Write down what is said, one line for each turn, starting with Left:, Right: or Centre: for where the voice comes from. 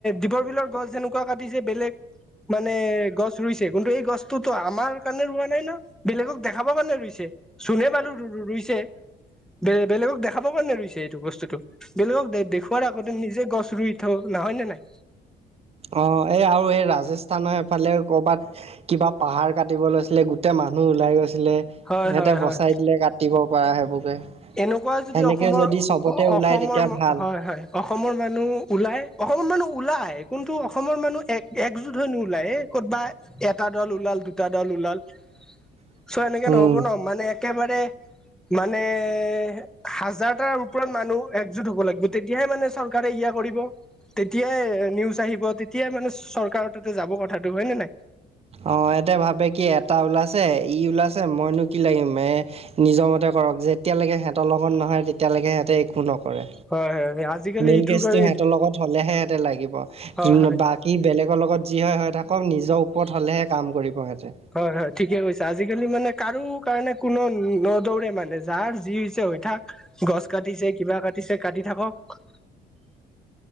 Centre: দীপৰ বিলৰ গছ যেনেকুৱা কাটিছে বেলেগ মানে, গছ ৰুইছে কিন্তু এই গছতোতো আমাৰ কাৰণে ৰোৱা নাই ন। বেলেগক দেখাব কাৰণে ৰুইছে, চোনে বাৰু ৰু-ৰু-ৰুইছে বে-বেলেগক দেখাব কাৰণে দিছে এইটো বস্তুটো, বেলেগক দেখুৱৱাৰ- আগতে নিজে গছ ৰুই- থৈক নহয় নে নাই।
Right: অঁ' এই আৰু এই ৰাজস্থানৰ- ফালে ক'ৰবাত কিবা পাহাৰ কাটিব লৈছিলে গোটেই মানুহ ওলাই গৈছিলে।
Centre: হয়
Right: সিহঁতে
Centre: হয় হয়
Right: বচাই দিলে কাটিব পাৰা সেইবোৰকে।
Centre: এনেকুৱা যদি
Right: সেনেকে
Centre: অসমৰ,
Right: যদি চবতে ওলাই
Centre: অসমৰ
Right: তেতিয়া ভাল
Centre: হয় হয়। অসমৰ মানুহ ওলাই। অসমৰ মানুহ ওলাই কিন্তু অসমৰ মানুহ এক একজোট হৈ নোলায়। কত'বা এটা দল ওলাল, দুটা দল ওলাল।
Right: <inaudible>
Centre: চ' এনেকে
Right: উম
Centre: নহ'ব ন' মানে একেবাৰে মানে- হাজাৰ তাৰ ওপৰত মানুহ একজুট হ'ব লাগিব তেতিয়াহে মানে চৰকাৰে ইয়া কৰিব। তেতিয়াই নিউজ আহিব, তেতিয়াই মানে চৰকাৰৰ তাতে যাব কথাটো। হয় নে নাই?
Right: অঁ' ইহঁতে ভাবে কি এটা ওলাইছে ই ওলাইছে মইনো কি লাগিম এই- নিজৰ মতে কৰক যেতিয়ালৈকে সিহঁতৰ লগত নহয় তেতিয়ালৈকে সিহঁতে একো নকৰে।
Centre: হয় হয়। আজিকালি
Right: মেইন
Centre: এইটোৰ
Right: কেছটো
Centre: কাৰণে
Right: সিহঁতৰ লগত হ'লে হে সিহঁতে লাগিব
Centre: হয়
Right: কিন্তু
Centre: হয়
Right: বা কী বেলেগৰ লগত যি হয় হৈ থাকক নিজৰ ওপৰত হ'লে হে কৰিব সিহঁতে।
Centre: হয় হয়, ঠিকে কৈছা, আজিকালি মানে কাৰো কাৰণে কোনো নদৌৰে মানে যাৰ যি হৈছে হৈ থাক। গছ কাটিছে কিবা কাটিছে কাটি থাকক।